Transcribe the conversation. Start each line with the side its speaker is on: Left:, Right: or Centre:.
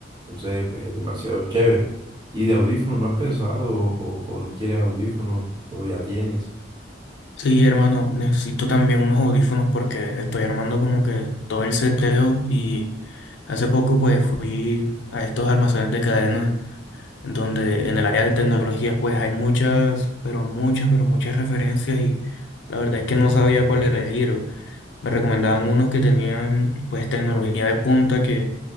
Right: Entonces, pues es demasiado chévere. ¿Y de audífonos no has pensado o, o no quieres audífonos o ya tienes?
Left: Sí, hermano, necesito también unos audífonos porque estoy armando como que todo el seteo y hace poco pues fui a estos almacenes de cadena donde en el área de tecnologías pues hay muchas, pero muchas, pero muchas referencias y la verdad es que no sabía cuál elegir. Me recomendaban unos que tenían pues tecnología de punta que